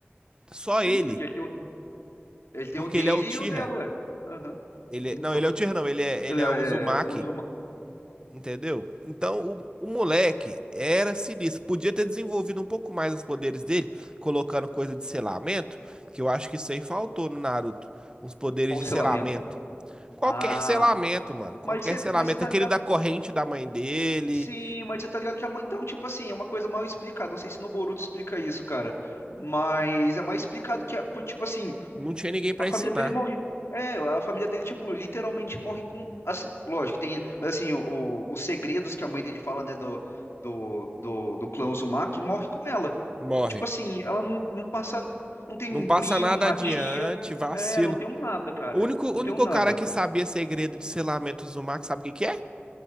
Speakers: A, on the right; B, on the left.
A: Só
B: Sim,
A: ele.
B: porque ele tem o Ele tem
A: Porque
B: o dele
A: ele é o Tira.
B: e o dela, ué. Aham.
A: Ele,
B: Então.
A: é- não, ele é o Tira, não. Ele é, ele
B: Não,
A: é o
B: é,
A: Uzumaki.
B: vamos
A: Entendeu? Então o, o moleque era sinistro. Podia ter desenvolvido um pouco mais os poderes dele, colocando coisa de selamento. Que eu acho que isso aí faltou no Naruto. Uns poderes
B: Qual
A: de
B: o
A: selamento.
B: selamento?
A: Qualquer
B: Ah,
A: selamento, mano. Qualquer
B: mas você,
A: selamento.
B: mas você tá
A: Aquele
B: ligado.
A: da corrente da mãe dele.
B: Sim, mas você tá ligado que a mãe. Então, tipo assim, é uma coisa mal explicada. Não sei se no Boruto explica isso, cara. Mas é mais explicado que, a- por- tipo assim,
A: Não tinha ninguém pra
B: a família
A: ensinar.
B: dele morre. É, a família dele, tipo, literalmente morre com. as- Lógico, tem. Mas assim, o- o- os segredos que a mãe dele fala, né, do, do, do, do clã Uzumaki, morre com ela.
A: Morre.
B: Tipo assim, ela não, não passa. Não tem
A: Não
B: um
A: passa
B: primo,
A: nada
B: uma
A: adiante,
B: tia.
A: vacilo.
B: É, não tem um nada, cara.
A: O único, o
B: Não
A: único
B: tem um nada.
A: cara que sabia segredo de selamentos do sabe o que que é?